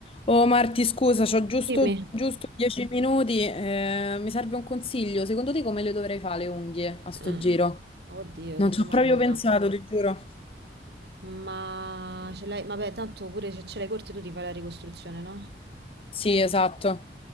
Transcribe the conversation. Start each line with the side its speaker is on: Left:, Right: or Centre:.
Left: Oh Marti, scusa, c'ho giusto,
Right: Dimmi.
Left: giusto 10 minuti. eh, mi serve un consiglio. Secondo te come le dovrei fare le unghie a sto
Right: Eh,
Left: giro?
Right: Oddio,
Left: Non
Right: che
Left: ci
Right: domandona.
Left: ho proprio pensato, ti giuro.
Right: Ma ce l'hai, vabbè, tanto pure se ce l'hai corte tu ti fai la ricostruzione, no?
Left: Sì, esatto.